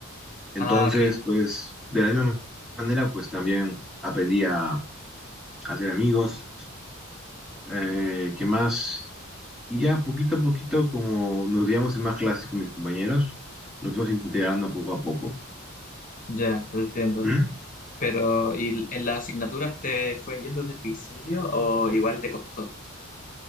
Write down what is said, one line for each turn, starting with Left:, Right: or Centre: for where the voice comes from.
Centre: Entonces,
Left: Ah, ok.
Centre: pues, de la misma manera, pues también aprendí a, a hacer amigos, eh, ¿qué más? Y ya poquito a poquito, como nos díamos en más clases con mis compañeros, nos fuimos integrando poco a poco.
Left: Ya, te entiendo.
Centre: ¿Mm?
Left: Pero, ¿y en las asignaturas te fue bien desde el principio o igual te costó?